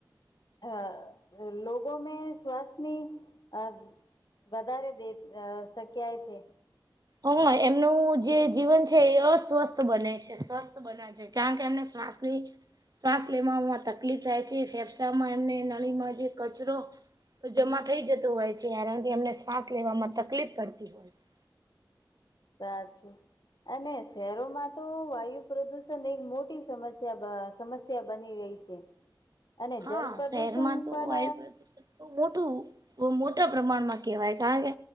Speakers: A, on the left (about 60°); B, on the right (about 55°).
A: અ લોગો મે શ્વાસની અ વધારે દે અ શક્યાય ને.
B: હ એમનું જે જીવન છે એ અસ્વસ્થ બને છે સ્વસ્થ બનાવી કારણ કે એમને શ્વાસની શ્વાસ લેવામાંમાં તકલીફ થાય છે ફેફસા માં એમને નળીમાં જે કચરો તો જમા થઈ જતું હોય છે એનાથી એમને શ્વાસ લેવામાં તકલીફ પડતી હોય છે.
A: સાચું. એને શહેરોમાં તો વાયુ પ્રદુષણ એક મોટી સમસ્યા બ સમસ્યા બની રહી છે. છે અને
B: હા
A: જલ પ્રદૂષણ
B: શહેરમાં તો
A: પણ
B: વાયુ પ્રદુષણ મોટું બઉ મોટા પ્રમાણમાં કહેવાય કારણ કે